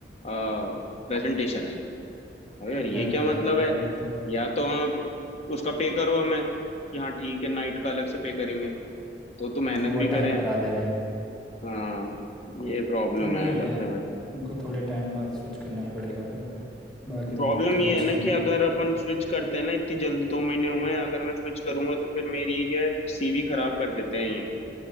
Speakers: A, on the left (about 35°); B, in the centre.
A: प्रेजेंटेशन है अरे यार ये
B: अरे
A: क्या मतलब
B: यार
A: है
B: ये तो
A: या तो आप उसका पे करो हमें कि हाँ ठीक है नाइट का अलग से पे करेंगे तो तो मेहनत
B: ओवर
A: भी करें
B: टाइम करा दे रहे हैं
A: हाँ ये प्रॉब्लम
B: तो वही
A: है
B: है
A: सबसे बड़ी
B: उनको थोड़े टाइम बाद स्विच करना ही पड़ेगा फिर अब बाकी
A: प्रॉब्लम
B: तो दिक्कत
A: ये
B: कुछ
A: है ना
B: नहीं
A: कि अगर अपन स्विच करते हैं ना इतनी जल्दी दो महीने हुए हैं अगर मैं स्विच करूंगा तो फिर मेरी क्या सीवी खराब कर देते हैं ये